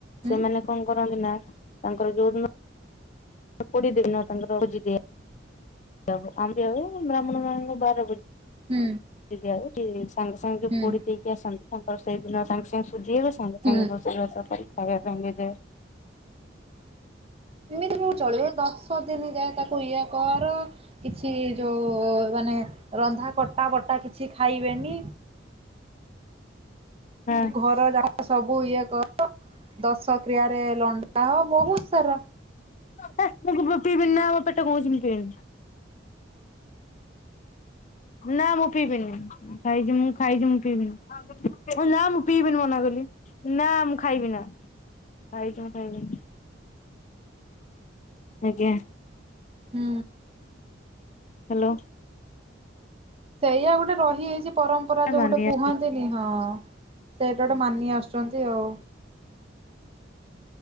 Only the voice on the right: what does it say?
ହୁଁ
ହୁଁ।
ହୁଁ
ହୁଁ।
ଏମିତି କଣ ଚଳିବ ଦଶ ଦିନ ଯାଏ ତାକୁ ଇଏ କର। କିଛି ଯୋଉ ମାନେ ରନ୍ଧା କଟା ବଟା କିଛି ଖାଇବେନି।
ଘର ଯାହା ସବୁ ଇଏ କର। ଦଶ କ୍ରିୟାରେ ଲଣ୍ଡା ହ ବହୁତ ସାରା।
ହୁଁ।
ସେଇଆ ଗୋଟେ ରହିଯାଇଛି ପରମ୍ପରା ଯୋଉ
ଗୋଟେ କୁହନ୍ତିନି ହଁ ସେଇଟା ଗୋଟେ ମାନି ଆସୁଛୁ। କରନ୍ତି ଆଉ।